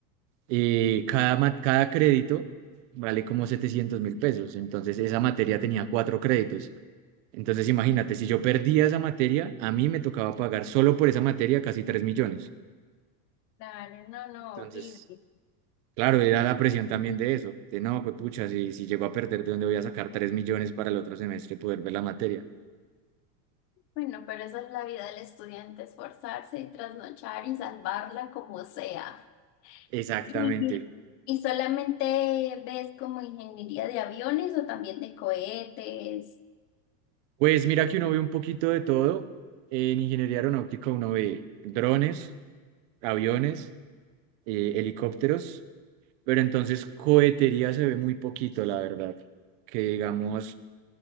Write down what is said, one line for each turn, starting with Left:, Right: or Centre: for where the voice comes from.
Right: eh, cada, ma- cada crédito vale como setecientos mil pesos. Entonces, esa materia tenía cuatro créditos. Entonces, imagínate, si yo perdía esa materia, a mí me tocaba pagar solo por esa materia casi 3 millones.
Left: Claro, no, no,
Right: Entonces,
Left: horrible.
Right: claro, era la presión también de eso. De no, pues pucha, si, si llego a perder, ¿de dónde voy a sacar 3 millones para el otro semestre poder ver la materia?
Left: Bueno, pero esa es la vida del estudiante, esforzarse y trasnochar y salvarla como sea.
Right: Exactamente.
Left: ¿Y, y solamente ves como ingeniería de aviones o también de cohetes?
Right: Pues mira que uno ve un poquito de todo. En ingeniería aeronáutica uno ve drones, aviones, eh, helicópteros, pero entonces cohetería se ve muy poquito, la verdad. Que digamos,